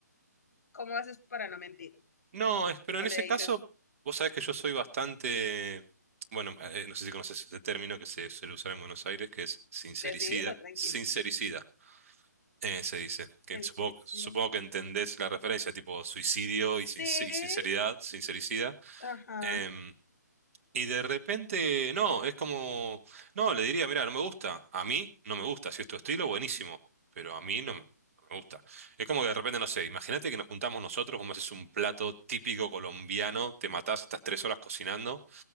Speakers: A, on the left (about 60°); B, on the right (about 50°).
A: ¿Cómo haces para no mentir?
B: No, es, pero
A: O
B: en
A: le
B: ese caso,
A: dices,
B: vos sabés que yo soy bastante, bueno, eh, no sé si conoces este término que se suele usar en Buenos Aires, que es sincericida,
A: decidilo, tranquilo.
B: sincericida, eh, se dice, que
A: En
B: supongo,
A: serio.
B: supongo que entendés la referencia, tipo suicidio
A: Sí,
B: y, sinc- y sinceridad, sincericida.
A: ajá,
B: Em, Y de repente, no, es como, no, le diría, mira, no me gusta. A mí no me gusta. Si es tu estilo, buenísimo. Pero a mí no, no me gusta. Es como que de repente, no sé, imagínate que nos juntamos nosotros, vos me haces un plato típico colombiano, te matás, estás tres horas cocinando,